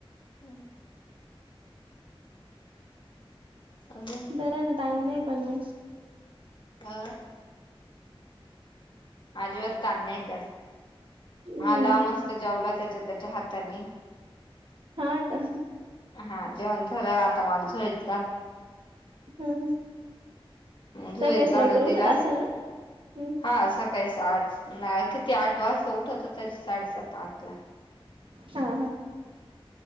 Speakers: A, on the left; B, on the right.
A: हम् अग
B: बरं आहे ना ताण नाही पण मग
A: अ आजिबात कान नाहीच.
B: हम्म
A: हा ला मस्त जेवला त्याच्या त्याच्या हाताने.
B: हा का.
A: हा जेवण झालं आता मला शाईत का.
B: हम्म हम्.
A: झोळीत
B: सगळेच
A: घालून
B: लवकर उठत
A: दिला
B: असाल ना हम्
A: हा स काही साठ ना किती आठ वाजता उठवत तरी साडेसात आठ ला.
B: हा हा.